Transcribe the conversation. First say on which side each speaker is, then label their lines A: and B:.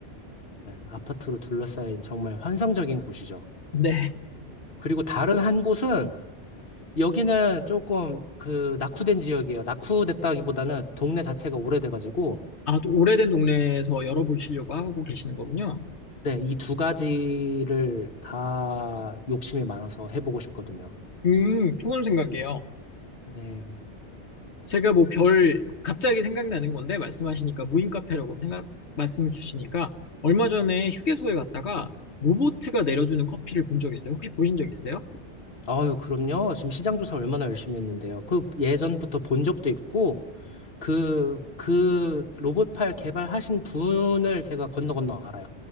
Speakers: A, on the left; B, on the left.
A: 네, 아파트로 둘러싸인 정말 환상적인 곳이죠.
B: 네.
A: 그리고 다른 한 곳은 여기는 조금 그 낙후된 지역이에요. 낙후됐다기보다는 동네 자체가 오래돼가지고,
B: 아, 또 오래된 동네에서 열어보시려고 하고 계시는 거군요.
A: 네, 이 두 가지를 다 욕심이 많아서 해보고 싶거든요.
B: 음, 좋은 생각이에요.
A: 네.
B: 제가 뭐 별, 갑자기 생각나는 건데, 말씀하시니까 무인 카페라고 생각, 말씀을 주시니까, 얼마 전에 휴게소에 갔다가 로보트가 내려주는 커피를 본 적 있어요? 혹시 보신 적 있어요?
A: 아유, 그럼요. 지금 시장 조사 얼마나 열심히 했는데요. 그 예전부터 본 적도 있고, 그, 그 로봇팔 개발하신 분을 제가 건너 건너 알아요.